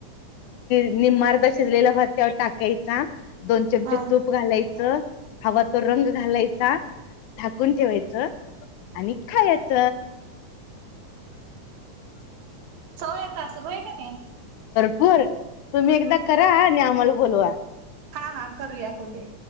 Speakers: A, on the left; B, on the right.
A: निम्मा आरदा शिजलेला भात तेज्यावर टाका द
B: हा
A: ते तूप घालायचं. हवा तो रंग घालायचा झाकून ठेवायच. आणि खायच.
B: सवलय का असल होय का नाही <inaudible>
A: घर तुम्ही एकदा करा आणि आम्हाला बोलवा.
B: हा हा करूया करूया